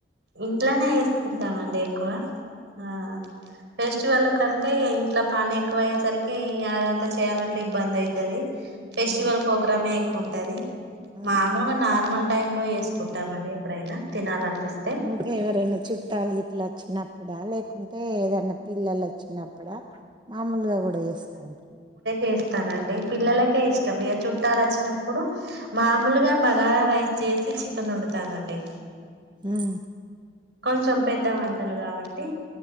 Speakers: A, on the right; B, on the right.
A: ఇంట్లోనే ఏసుకుంటామండి ఎక్కువ ఆ ఫెస్టివల్ కంటే ఇగ ఇంట్లో పని ఎక్కువ అయ్యేసరికి అదంతా చేయాలం ఇబ్బంది అయితది ఫెస్టివల్
B: ఆ
A: ఫోగ్రామే ఎక్కువ ఉంటది
B: ఆ
A: మామూలుగా నార్మల్ టైమ్ లో ఏసుకుంటామండి ఎప్పుడైనా తినాలనిపిస్
B: ఇంట్లో ఎవరైనా చుట్టాలు గిట్లా వచ్చినప్పుడా లేకుంటే ఏదన్నా పిల్లలు వచ్చినప్పుడా మాములుగా గుడా ఏసుకొంట్ర
A: ఏస్తానండి పిల్లలకే ఇష్టం ఇగ చుట్టాలొచ్చినప్పుడు మామూలుగా బగారా రైస్ చేసి చికనొండుతా నండి
B: ఊమ్
A: కొంచెం పెద్ద వంటలు గావట్టి